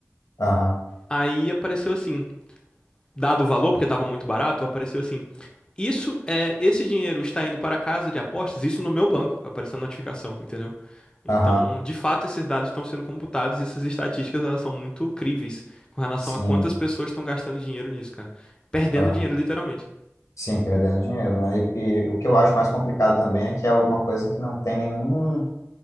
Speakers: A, on the left (about 85°); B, on the left (about 15°).
A: aham,
B: Aí apareceu assim. dado o valor porque estava muito barato, apareceu assim: isso é esse dinheiro está indo para a casa de apostas, isso no meu banco, apareceu a notificação, entendeu? Então,
A: aham.
B: de fato, esses dados estão sendo computados e essas estatísticas elas são muito críveis com relação
A: Sim,
B: a quantas pessoas estão gastando dinheiro nisso, cara. Perdendo
A: aham.
B: dinheiro, literalmente.
A: Sim, perdendo dinheiro, né? E, e o que eu acho mais complicado também é que é alguma coisa que não tem nenhum, como